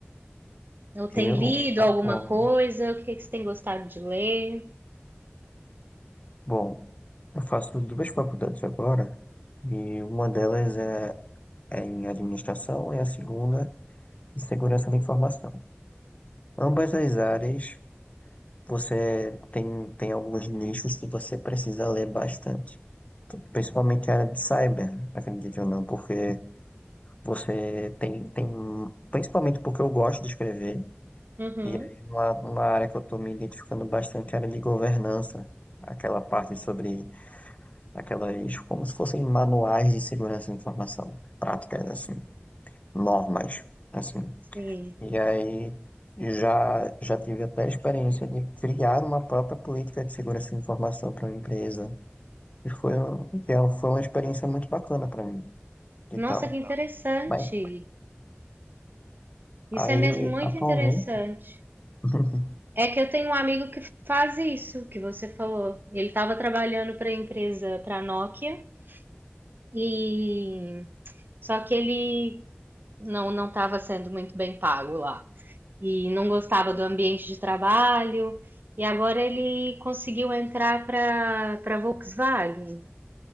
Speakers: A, on the right; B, on the left.
A: Ou tem
B: Eu
A: lido
B: atualmente.
A: alguma coisa? O que que você tem gostado de ler?
B: Bom, eu faço duas faculdades agora, e uma delas é, é em administração e a segunda em segurança da informação. Ambas as áreas Você tem, tem alguns nichos que você precisa ler bastante. Principalmente a área de cyber, acredite ou não, porque você tem, tem, principalmente porque eu gosto de escrever,
A: Uhum,
B: e aí uma, uma área que eu estou me identificando bastante é a área de governança, aquela parte sobre aquelas, como se fossem manuais de segurança da informação, práticas assim, normas, assim.
A: sim.
B: E aí já, já tive até a experiência de criar uma própria política de segurança de informação para uma empresa. E foi, um- que é- foi uma experiência muito bacana para mim e
A: Nossa,
B: tal.
A: que interessante.
B: Mas
A: Isso
B: aí,
A: é mesmo muito
B: atualmente,
A: interessante.
B: <laughs>
A: É que eu tenho um amigo que faz isso que você falou. Ele estava trabalhando para a empresa, para a Nokia, e só que ele não não estava sendo muito bem pago lá. e não gostava do ambiente de trabalho, e agora ele conseguiu entrar para para Volkswagen,